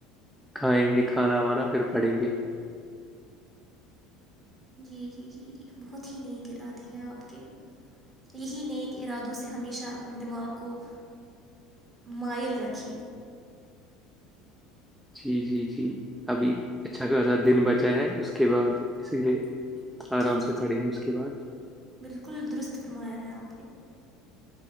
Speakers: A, in the centre; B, on the right.
A: کھائیں گے کھانا وانا پھر پڑیں گے
B: جی جی جی جی بہت ہی نیک ارادے ہیں آپ کے یہی نیک ارادوں سے ہمیشہ اپنے دماغ کو مائل رکھے
A: جی جی جی ابھی اچھا خاصا دن بچا ہے اس کے بعد اسی لیے آرام
B: جی جی
A: سے
B: جی
A: پڑھیں گی اس کے بعد
B: بالکل درست فرمایا ہے آپ نے